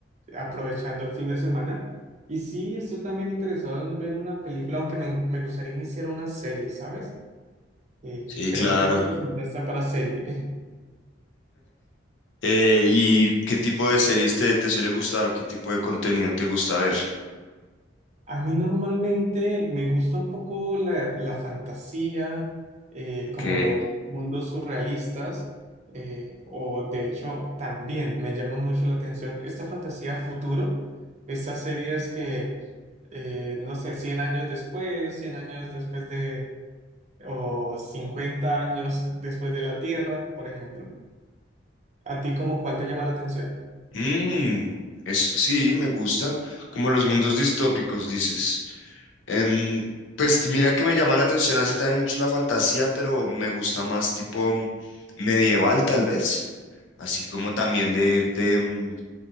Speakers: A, on the right (about 35°); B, on the left (about 80°).
A: aprovechando el fin de semana. Y sí, estoy también interesado en ver una película, aunque me, me gustaría iniciar una serie, ¿sabes? Y
B: Sí,
A: creo
B: claro.
A: que el fin de semana está para serie.
B: Eh, ¿y qué tipo de series te, te suele gustar o qué tipo de contenido te gusta ver?
A: A mí normalmente me gusta un poco la, la fantasía, eh,
B: Ok.
A: como los mundos surrealistas, eh, o de hecho también me llama mucho la atención esta fantasía futuro, estas series que, eh, no sé, cien años después, 100 años después de, o 50 años después de la Tierra, por ejemplo. ¿A ti como cuál te llama la atención?
B: Mm, es, sí, me gustan. Como los mundos distópicos, dices. Em, pues mira que me llama la atención así también mucho la fantasía, pero me gusta más tipo mm, medieval tal vez, así como también de, de, mm,